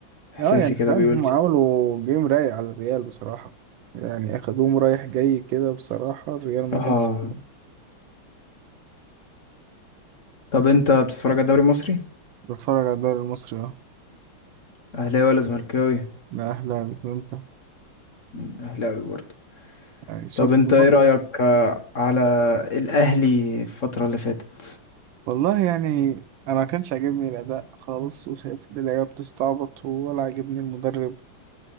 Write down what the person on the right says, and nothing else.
اه يعني كمان
هم
عملوا جيم رايق على الريال بصراحه يعني اخدوهم رايح جاي كده بصراحه الريال ما
كانش
بتفرج على الدوري المصري اه
ده اهلاوي وانت
يعني شفت
الماتش
والله يعني انا ما كانش عاجبني الاداء خالص وشايف ان اللعيبه بتستعبط ولا عاجبني المدرب